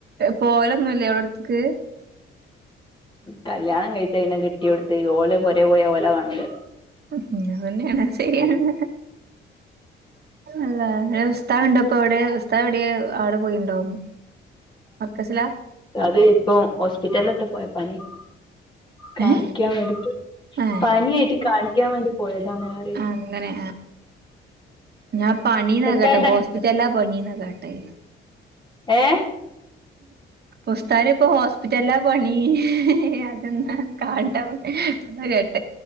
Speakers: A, on the right (about 55°); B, on the left (about 25°).
A: പോകലൊന്നുല്ലേ ഓളോടക്ക്
B: കല്യാണം കഴിച്ചാ പിന്നെ കെട്ടിയോട്ത് ഓല പോരെ പോയ ഓലെ കാണില്ലാലോ
A: അത് തന്നെയാണ് ശരിയാണ് അല്ലാഹ് ഉസ്താ ഇപ്പ എവിടെ ഉസ്താദ് എവിടെ അവിടെ പോയിണ്ടാവും മർക്കസിലാ-
B: അത് ഇപ്പൊ ഹോസ്പിറ്റലിലൊട്ട് പോയ പനി- കാണിക്കാൻ
A: ഏഹ്
B: വേണ്ടിട്ട്
A: ഏഹ്
B: പനി ആയിട്ട് കാണിക്കാൻ വേണ്ടി പോയതാണ് റയാ
A: അങ്ങനെ ഞാൻ പണീന്ന
B: എത്താണ്ട
A: കേട്ടെ ഹോസ്പിറ്റലില പണി ന്നാ കേട്ടെ
B: ഏഹ്
A: ഉസ്താദ് ന് ഇപ്പ ഹോസ്പിറ്റലാ പണി <unintelligible>